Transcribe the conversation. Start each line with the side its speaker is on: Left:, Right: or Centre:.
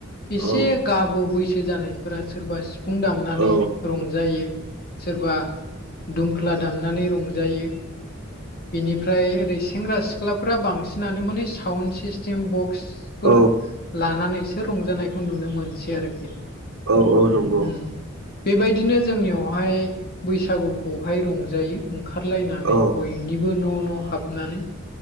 Left: एसे
Right: औ
Left: गागु बैसो जानायफोरा सोरबा सिफुं दामनानै
Right: औ
Left: रंजायो सोरबा दुमफ्ला दामनानै रंजायो बेनिफ्रा- फ्राय ओरै सेंग्रा सिख्लाफ्रा बांसिनानो माने साउन्द सिस्टेम बक्सफोर
Right: औ
Left: लानानैसो रंजानायखौ नुनो मोनसै आरोखि
Right: औ औ नंगौ
Left: उम बेबायदिनो जोंनियावहाय बैसागुखौहाय रंजायो ओंखारलायनानै
Right: औ
Left: बयनिबो न' न' हाबनानै